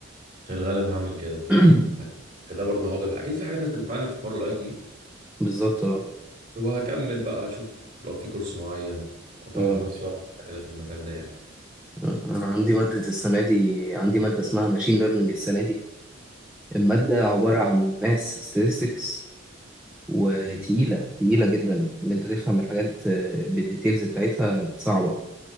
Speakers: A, on the right; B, in the centre.
A: في الغالب هعمل كده
B: <clears throat>
A: كده برضه هاخد الح- اكيد في حاجات هتنفعني في حوار الاي تي
B: بالظبط اه
A: وهكمل بقى اشوف لو في كورس معين اطور
B: أمم.
A: نفسي واحده كده في المجال ده يعني
B: انا عندي مادة السنة دي عندي مادة اسمها ماشين ليرنينج السنة دي المادة عبارة عن ماس ستاتستكس وتقيلة
A: مم.
B: تقيلة جدا ان انت تفهم الحاجات آه، بالديتيلز بتاعتها صعبة